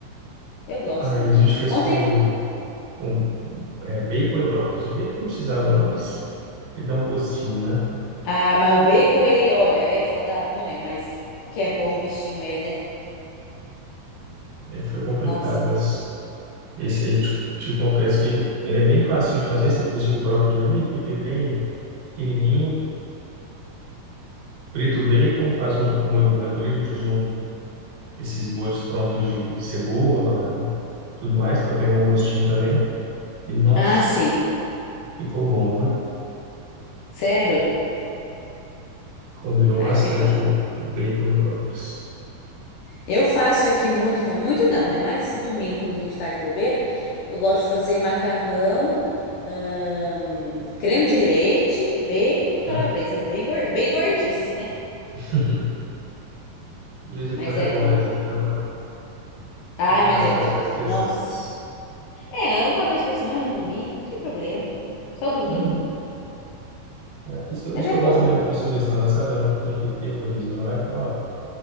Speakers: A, on the left (about 80°); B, on the right (about 70°).
A: Eu gosto
B: Aí
A: também.
B: a gente fez
A: Ontem
B: com, com é, bacon e brócolis. O bacon não precisava, não, mas ele dá um gostinho, né?
A: Ah, mas o bacon, ele, olha, é saudável? Não é, mas que é bom o bichinho é, né?
B: Aí foi complicado,
A: Nossa.
B: mas Esse aí eu te, te confesso que ele é bem fácil de fazer. Você cozinha o brócolis ali, pica ele bem pequenininho, frita o bacon, faz um um molho branco ali. A gente usa um, esses molhos prontos de cebola, tudo mais, para pegar um gostinho também. E nossa,
A: Ah, sim.
B: ficou bom, viu?
A: Sério?
B: Combinou
A: Ai,
B: bastante
A: que bom.
B: o bacon e o brócolis.
A: Eu faço aqui muito também. Muito não, né? Mas no domingo, quando a gente tá de bobeira, eu gosto de fazer macarrão, ahn, creme de leite, bacon e calabresa.
B: Hum.
A: Bem, gor- bem gordice, né?
B: <laughs> De vez em
A: Mas
B: quando
A: é
B: é bom,
A: bom.
B: né? Tem que dar uma,
A: Ai,
B: tem que comer
A: mas
B: as
A: é
B: coisas
A: bom.
B: mais pesadas.
A: Nossa. É, uma vez por semana, no domingo, não tem problema. Só domingo.
B: Uhum. É, isso, que eu-
A: Mas
B: isso
A: é
B: que eu
A: bom.
B: gosto da minha nutricionista, ela sabe? Ela não tem aquele terrorismo. Ela vai falar,